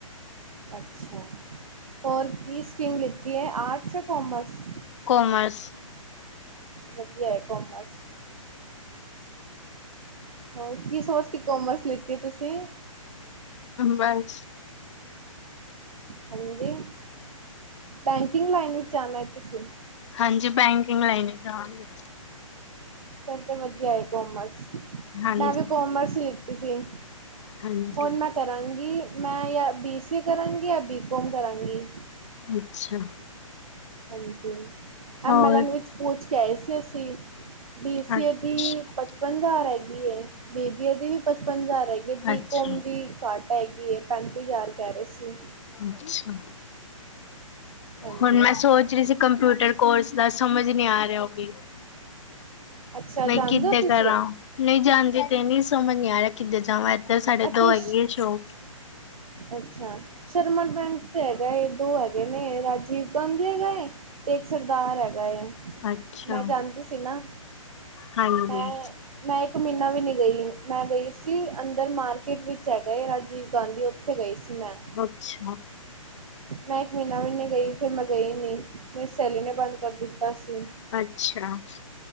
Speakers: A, on the right; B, on the left.
A: ਅੱਛਾ ਹੋਰ ਕੀ ਸਟ੍ਰਰੀਮ ਲੀਤੀ ਹੈ ਆਰਟਸ ਜਾਂ ਕਮਰਸ
B: ਕੋਮਰਸ
A: ਵਧੀਆ ਹੈ ਕੋਮਰਸ ਹੋਰ ਕੀ ਸੋਚ ਕੇ ਕੋਮਰਸ ਲਿੱਤੀ ਹੈ ਤੁਸੀਂ
B: ਬਸ
A: ਹਾਂਜੀ ਬੈਂਕਿੰਗ ਲਾਈਨ ਵਿੱਚ ਜਾਣਾ ਹੈ ਤੁਸੀਂ
B: ਹਾਂਜੀ ਬੈਂਕਿੰਗ ਲਾਈਨ ਜਾਣਗੇ।
A: ਫਿਰ ਤੇ ਵਧੀਆ ਹੈ ਕੋਮਰਸ
B: ਹਾਂਜੀ
A: ਮੈਂ ਵੀ ਕੋਮਰਸ ਲਿੱਤੀ ਸੀ
B: ਹਾਂਜੀ
A: ਹੁਣ ਮੈਂ ਕਰਾਂਗੀ। ਮੈਂ ਯ ਬੀ ਸੀ ਏ ਕਰਾਂਗੀ ਜਾਂ ਬੀ ਕੋੌਮ ਕਰਾਂਗੀ।
B: ਅੱਛਾ
A: ਹਾਂਜੀ
B: ਹੋਰ
A: ਐਮ ਐਲ ਐਨ ਵਿੱਚ ਪੂਚ ਕੇ ਆਏ ਸੀ ਅਸੀਂ ਬੀ ਸੀਏ
B: ਅੱਛਾ
A: ਦੀ ਪਚਪਨ ਹਜ਼ਾਰ ਹੈਗੀ ਏ ਬੀਬੀਏ ਦੀ ਵੀ ਪਚਪਨ ਹਜ਼ਾਰ ਹੈਗੀ ਬੀਕੋ
B: ਅੱਛਾ
A: ਖੂਨ ਦੀ ਘਾਟ ਹੈਗੀ ਹੈ ਪੈਂਤੀ ਹਜ਼ਾਰ ਕਹਿ ਰਹੇ ਸੀ।
B: ਅੱਛਾ
A: ਹਾਂਜੀ
B: ਹੁਣ ਮੈਂ ਸੋਚ ਰਹੀ ਸੀ ਕੰਪਿਊਟਰ ਕੋਰਸ ਦਾ ਸਮਝ ਨਹੀ ਆ ਰਿਹਾ ਉਹ ਵੀ
A: ਅੱਛਾ
B: ਬਈ
A: ਜਾਣਦੇ
B: ਕਿੱਦਾਂ
A: ਹੋ ਤੁਸੀਂ
B: ਕਰਾਂ ਨਹੀਂ ਜਾਂਦੀ ਤੇ ਨੀ ਸਮਝ ਨੀ ਆ ਰਿਹਾ ਕਿੱਦਾਂ ਜਾਵਾਂ ਧਰ ਸਾਡੇ
A: ਅਤੇ
B: ਦੋ ਹੈਗੀ ਸ਼ੋਕ
A: ਅੱਛਾ ਸ਼ਰਮਾ ਪਿ੍ੰਟ ਤੇ ਹੈਗਾ ਇਹ ਦੋ ਹੈਗੇ ਨੇ ਰਾਜੀਵ ਗਾਂਧੀ ਹੈਗਾ ਹੈ ਤੇ ਇੱਕ ਸਰਦਾਰ ਹੈਗਾ
B: ਅੱਛਾ
A: ਮੈਂ ਜਾਣਦੀ ਸੀ ਨਾ।
B: ਹਾਂਜੀ
A: ਮੈਂ -ਮੈਂ ਇੱਕ ਮਹੀਨਾ ਵੀ ਨਹੀ ਗਈ ਮੈਂ ਗਈ ਸੀ ਅੰਦਰ ਮਾਰਕੀਟ ਵਿੱਚ ਹੈਗਾਏ ਰਾਜੀਵ ਗਾਂਧੀ ਉੱਥੇ ਗਏ ਸੀ। ਮੈਂ
B: ਅੱਛਾ
A: ਮੈਂ ਇੱਕ ਮਹੀਨਾ ਵੀ ਨਹੀਂ ਗਈ ਫਿਰ ਮੈਂ ਗਈ ਨੀ ਮੇਰੀ ਸਹੇਲੀ ਨੇ ਬੰਦ ਕਰ ਦਿੱਤਾ ਸੀ।
B: ਅੱਛਾ